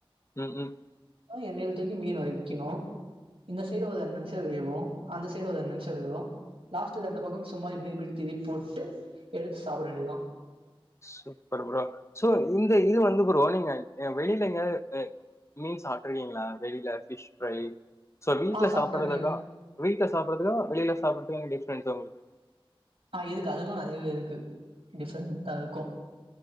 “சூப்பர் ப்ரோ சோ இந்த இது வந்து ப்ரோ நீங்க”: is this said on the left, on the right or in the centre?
Left